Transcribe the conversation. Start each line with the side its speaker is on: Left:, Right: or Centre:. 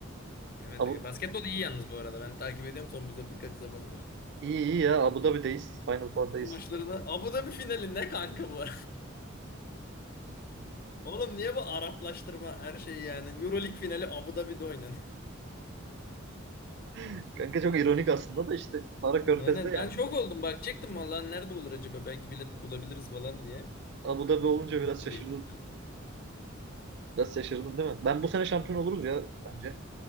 Left: Evet,
Right: Abi,
Left: Ege. basketbol iyi yalnız bu arada. Ben takip ediyorum son bize birkaç zamandır.
Right: İyi iyi ya Abu Dhabi'deyiz. Final Four'dayız.
Left: Maçlarına. Abu Dhabi finali ne kanka bu? <laughs> Oğlum niye bu Araplaştırma her şey yani? Euroleague finali Abu Dhabi'de oynan.
Right: <laughs> Kanka çok ironik aslında da işte Para Körfez'de
Left: <laughs> Aynen
Right: yani.
Left: ben şok oldum bak çektim vallahi nerede olur acaba belki bilet bulabiliriz falan diye.
Right: Abu Dhabi olunca
Left: <laughs>
Right: biraz şaşırdın.
Left: Değil.
Right: Biraz şaşırdın değil mi? Ben bu sene şampiyon oluruz ya bence.